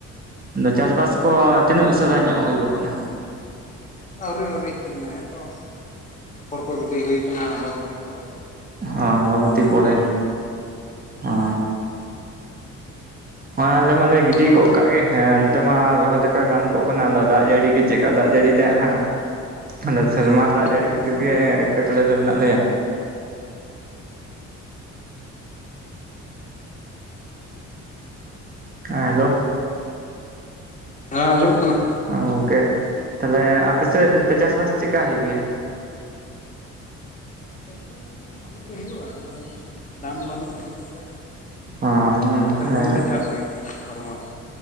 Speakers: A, on the right; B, on the left.
A: ᱟᱫᱚ ᱪᱟᱥᱵᱟᱥ ᱠᱚ ᱛᱤᱱᱟᱹᱜ ᱩᱥᱟᱹᱨᱟ ᱧᱚᱜ ᱦᱩᱭ ᱠᱚᱜ ᱠᱟᱱᱟ
B: ᱟᱹᱣᱨᱤ ᱟᱹᱣᱨᱤ ᱮᱱᱮᱛᱚ ᱟᱯᱷᱚᱨ ᱠᱚ ᱜᱤᱰᱤ ᱦᱩᱭ ᱟᱠᱟᱱᱟ ᱟᱢᱵᱟᱵᱚᱛᱤ ᱯᱚᱨᱮ
A: ᱦᱚᱸ ᱟᱸᱢᱵᱟᱵᱚᱛᱤ ᱯᱚᱨᱮ ᱦᱮ
B: ᱦᱳᱭ
A: ᱦᱚᱸᱜ-ᱚᱭ ᱟᱞᱮ ᱢᱟᱞᱮ ᱜᱤᱰᱤ
B: ᱚᱱᱛᱮ
A: ᱜᱚᱫ
B: ᱫᱚ
A: ᱠᱟᱜ ᱜᱮ ᱦᱮᱸ ᱮᱱ ᱱᱚᱛᱮ ᱢᱟ ᱨᱚᱦᱚᱭ ᱞᱮᱠᱟ ᱜᱟᱱ ᱜᱚᱜ ᱠᱟᱱᱟ ᱟᱫᱚ ᱫᱟᱜ ᱡᱟᱹᱲᱤ ᱜᱮ ᱪᱮᱫᱠᱟ ᱫᱟᱜ ᱡᱟᱹᱲᱤ ᱦᱟᱸᱜ ᱟᱫᱚ ᱥᱮᱨᱢᱟ ᱫᱟᱜ ᱡᱟᱹᱲᱤ
B: ᱟᱯᱮ
A: ᱠᱷᱟᱹᱛᱤᱨ
B: ᱥᱮᱫ ᱫᱚ
A: ᱜᱮ ᱮᱴᱠᱮᱴᱚᱬᱮ ᱨᱮ ᱢᱮᱱᱟᱜ ᱞᱮᱭᱟ ᱦᱮᱸ ᱦᱮᱞᱳᱣ
B: ᱦᱮᱸ ᱟᱸᱡᱚᱢᱚᱜ ᱠᱟᱱᱟ
A: ᱦᱚᱸ ᱜᱚᱝᱠᱮ ᱛᱟᱦᱚᱞᱮ ᱟᱯᱮᱥᱮᱫ ᱚᱱᱛᱮ ᱪᱟᱥ ᱵᱟᱥ ᱪᱮᱫᱠᱟ ᱦᱩᱭᱩᱜ ᱜᱮᱭᱟ
B: ᱪᱟᱥ ᱵᱟᱥ ᱫᱚ ᱵᱷᱟᱜᱤ ᱜᱮ ᱦᱩᱭᱩᱜᱼᱟ ᱟᱫᱚ ᱫᱟᱢ ᱵᱟᱹᱱᱩᱜᱼᱟ ᱚᱞᱮ ᱥᱮᱫ ᱫᱚ
A: ᱦᱚᱸ
B: ᱡᱚᱛᱚ
A: ᱦᱮᱸ
B: ᱨᱚᱠᱚᱢ ᱜᱮ ᱪᱟᱥ ᱦᱩᱭᱩᱜᱼᱟ ᱵᱟᱨᱚ ᱢᱟᱥ